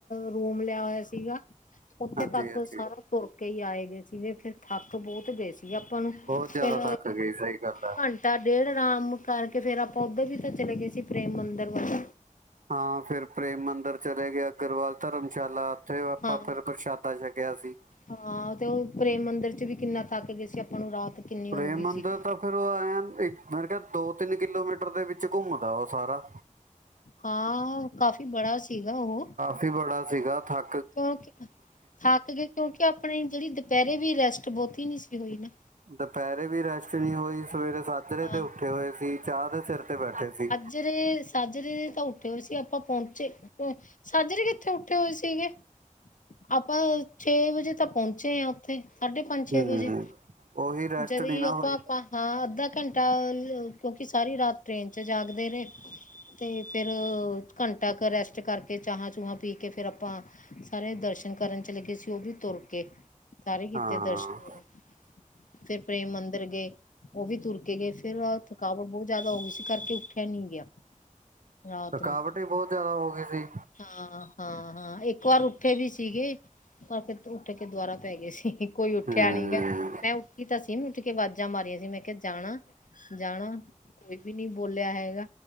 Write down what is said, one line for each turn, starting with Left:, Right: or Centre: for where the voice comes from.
Left: ਰੂਮ ਲਿਆ ਹੋਇਆ ਸੀਗਾ ਉੱਥੇ
Right: ਹਾਂਜੀ
Left: ਤੱਕ
Right: ਹਾਂਜੀ
Left: ਸਾਰਾ, ਤੁਰ ਕੇ ਹੀ ਆਏ ਗਏ ਸੀਗੇ ਫੇਰ ਥੱਕ ਬੋਤ ਗਏ ਸੀ। ਬੀ ਆਪਾਂ ਨੂੰ
Right: ਬਹੁਤ
Left: ਫੇਰ
Right: ਜ਼ਿਆਦਾ ਥੱਕ ਗਈ ਸਹੀ ਗੱਲ ਹੈ
Left: ਪਾਣੀ, ਤਾਂ ਡੇਢ ਆਰਾਮ ਕਰਕੇ ਫੇਰ ਆਪਾਂ ਉੱਧਰ ਵੀ ਤਾਂ ਚਲੇ ਗਏ ਸੀ ਪ੍ਰੇਮ ਮੰਦਰ ਵੱਲ।
Right: ਹਾਂ ਫੇਰ ਪ੍ਰੇਮ ਮੰਦਿਰ ਚਲੇ ਗਿਆਂ। ਅਗਰਵਾਲ ਧਰਮਸ਼ਾਲਾ ਉੱਥੇ ਆਪਾਂ
Left: ਹਾਂ
Right: ਫੇਰ ਪ੍ਰਸ਼ਾਦਾ ਛੱਕਿਆ ਸੀ।
Left: ਹਾਂ ਤੇ ਉਹ ਪ੍ਰੇਮ ਮੰਦਿਰ ਚ ਵੀ ਕਿੰਨਾ ਤੱਕ ਗਏ ਸੀ ਆਪਾਂ ਨੂੰ ਰਾਤ, ਕਿੰਨੀ
Right: ਪ੍ਰੇਮ
Left: ਹੋ ਗਈ
Right: ਮੰੰਦਰ
Left: ਸੀ।
Right: ਤਾਂ- ਫੇਰ ਉਹ ਐਨ ਇੱਕ ਮੈਂ ਕਿਹਾ ਦੋ ਤਿੰਨ ਕਿਲੋਮੀਟਰ ਦੇ ਵਿੱਚ ਘੁੰਮਦਾ ਵਾਂ ਸਾਰਾ।
Left: ਹਾਂ ਓ ਕਾਫੀ ਬੜਾ ਸੀਗਾ ਉਹ।
Right: ਫੀ ਬੜਾ ਸੀਗਾ ਥ-
Left: ਕਿਉਂਕਿ ਥੱਕ ਗਏ, ਕਿਉਂਕਿ ਆਪਣੀ ਜਿਹੜੀ ਦੁਪਹਿਰੇ ਵੀ ਰੈਸਟ ਬੋਤੀ ਨਹੀਂ ਸੀ ਹੋਈ ਨਾ।
Right: ਦੁਪਹਿਰੇ ਵੀ ਰੈਸਟ ਨਹੀਂ ਹੋਈ ਸਵੇਰੇ ਸਾਜਰੇ
Left: ਹਾਂ।
Right: ਤੇ ਉੱਠੇ ਹੋਏ ਸੀ ਚਾਹ ਦੇ ਸਿਰ ਤੇ ਬੈਠੇ ਸੀ।
Left: ਜਰੇ ਸਾਜਰੇ ਤਾਂ ਉੱਠੇ ਹੋਏ ਸੀ ਆਪਾਂ ਪਹੁੰਚੇ ਕਦੋਂ ਏ। ਸਜਰੇ ਕਿੱਥੇ ਉੱਠੇ ਹੋਏ ਸੀਗੇ, ਆਪਾਂ ਛੇ ਵਜੇ ਤ- ਪਹੁੰਚੇ ਹਾਂ ਉੱਥੇ ਸਾਢੇ ਪੰਜ-ਛੇ
Right: ਹੂੰ
Left: ਵਜੇ,
Right: ਉਹੀ ਰੈਸਟ
Left: ਜਦ
Right: ਨਹੀਂ ਨਾ
Left: ਆਪਾਂ
Right: ਹੋਈ
Left: ਪਾਂ- ਹਾਂ ਅੱਧਾ ਘੰਟਾ ਕਿਉਂਕਿ ਸਾਰੀ ਰਾਤ ਟ੍ਰੇਨ ' ਚ ਜਾਗਦੇ ਰਹੇ। ਤੇ ਫੇਰ ਘੰਟਾ ਕੁ ਰੈਸਟ ਕਰਕੇ ਚਾਹਾਂ- ਚੂਹਾਂ ਪੀ ਕੇ ਫੇਰ ਆਪਾਂ, ਸਾਰੇ ਦਰਸ਼ਨ ਕਰਨ ਚਲੇ ਗਏ ਸੀ ਉਹ ਵੀ ਤੁਰ ਕੇ, ਸਾਰੇ ਕੀਤੇ
Right: ਹਾਂ
Left: ਦਰਸ਼ਨ। ਫੇਰ ਪ੍ਰੇਮ ਮੰਦਰਿਰ ਗਏ, ਉਹ ਵੀ ਤੁਰ ਕੇ ਗਏ ਫੇਰ- ਥਕਾਵੜ ਬੋਤ ਜ਼ਾਦਾ ਹੋ ਗਈ ਸੀ ਇਸ ਕਰਕੇ ਉੱਠਿਆ ਨੀ ਗਿਆ। ਰਾਤ
Right: ਥਕਾਵਟ
Left: ਨੂੰ
Right: ਹੀ ਬੋਤ ਜਾਦਾ ਹੋ ਗਈ ਸੀ।
Left: ਹਾਂ- ਹਾਂ ਇੱਕ ਵਾਰ ਉੱਠੇ ਵੀ ਸੀਗੇ। ਪਰ ਫੇਰ ਉੱਠ ਕੇ ਦੁਬਾਰਾ ਪੈ ਗਏ ਸੀ ਕੋਈ ਉੱਠਿਆ
Right: ਹੂੰ
Left: ਨੀ ਗਾ, ਮੈਂ- ਕੀ ਤਾਂ ਸੀ ਵੀ ਉੱਠ ਕੇ ਆਵਾਜ਼ਾਂ ਮਾਰੀਆਂ ਸੀ ਮੈਂ ਕਿਹਾ ਜਾਣਾ- ਜਾਣਾ ਵੀ- ਵੀ ਨੀ ਬੋਲਿਆ ਹੈਗਾ,